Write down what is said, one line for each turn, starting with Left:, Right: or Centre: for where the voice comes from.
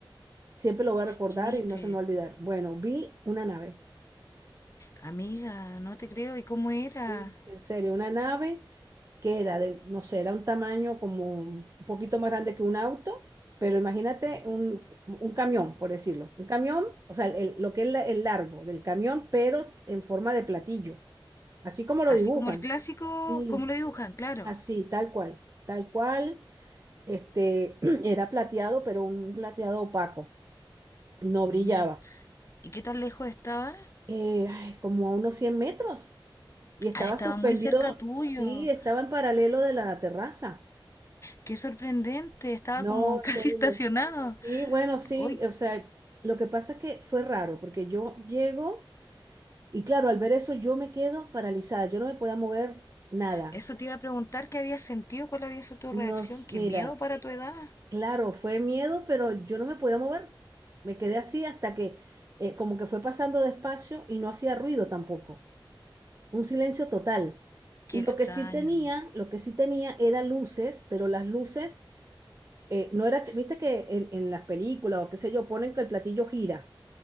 Right: siempre lo voy a recordar
Left: ¿qué viste?
Right: y no se me va a olvidar. Bueno, vi una nave,
Left: Amiga, no te creo. ¿Y cómo era?
Right: sí, en serio, una nave que era de, no sé, era un tamaño como un poquito más grande que un auto, pero imagínate un, un camión, por decirlo. Un camión, o sea, el- lo que es la- el largo del camión, pero en forma de platillo, así como lo
Left: Así
Right: dibujan.
Left: como el clásico,
Right: Sí,
Left: cómo lo dibujan, claro.
Right: así, tal cual, tal cual, este, <clears throat> era plateado, pero un plateado opaco, no
Left: Mm.
Right: brillaba,
Left: ¿Y qué tan lejos estaba?
Right: eh, ay, como a unos 100 metros, y estaba
Left: Ah, estaba
Right: suspendido,
Left: muy cerca tuyo.
Right: sí, estaba en paralelo de la terraza.
Left: Qué sorprendente. Estaba
Right: No,
Left: como <laughs> casi
Right: increíble.
Left: estacionado.
Right: Sí, bueno, sí,
Left: Hoy,
Right: o sea, lo que pasa es que fue raro, porque yo llego, y claro, al ver eso yo me quedo paralizada, yo no me podía mover nada.
Left: eso te iba a preguntar qué habías sentido, cuál había sido tu
Right: Nos,
Left: reacción. Qué
Right: mira,
Left: miedo para tu edad.
Right: Claro, fue miedo, pero yo no me podía mover. Me quedé así hasta que eh, como que fue pasando despacio y no hacía ruido tampoco. Un silencio total.
Left: Qué
Right: Y
Left: extraño.
Right: lo que sí tenía, lo que sí tenía era luces, pero las luces eh, no era, que- viste que en, en las películas o qué sé yo, ponen que el platillo gira.